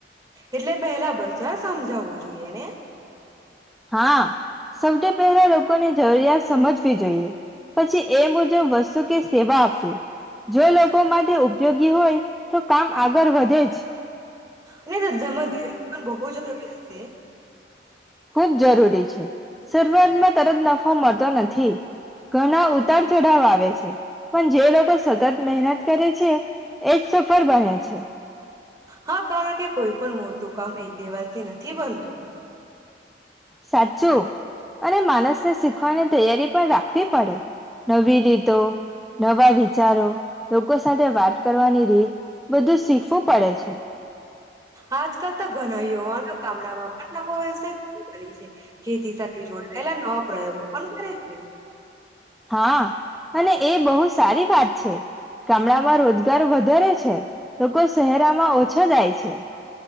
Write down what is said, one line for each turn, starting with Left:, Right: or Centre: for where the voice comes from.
Right: એટલે પહેલા બજાર સમજાવવું જોઈએ ને
Centre: હા સૌથી પહેલા લોકોની જરૂરિયાત સમજ વી જોઈએ. પછી એ મુજબ વસ્તુ કે સેવા આપવી જો લોકો માટે ઉપયોગી હોય તો કામ આગળ વધે જ. <inaudible>
Right: અને ધંધામાં ધીરજ પણ બહુ જરૂરી હશે
Centre: ખુબ જરૂરી છે, શરૂઆતમાં તરત નફો મળતો નથી. ઘણા ઉતાર ચઢાવ આવે છે, પણ જે લોકો સતત મહેનત કરે છે, એજ સફળ બને છે. <inaudible>
Right: હા કારણ કે કોઈ પણ મોટું કામ એક દિવસથી નથી બનતું
Centre: સાચું અને માણસને શીખવાની તૈયારી પણ રાખવી પડે. નવી રીતો નવા વિચારો લોકો સાથે વાત કરવાની રીત બધું શીખવું પડે છે.
Right: આજકાલ તો ઘણા યુવાનો ગામડામાં પણ નવો વ્યવસાય શરૂ કરે છે, ખેતી સાથે જોડાયેલા નવા પ્રયોગો પણ કરે છે.
Centre: હા અને એ બહુ સારી વાત છે. ગામડામાં રોજગાર વધારે છે, લોકો શહેરામાં ઓછા જાય છે.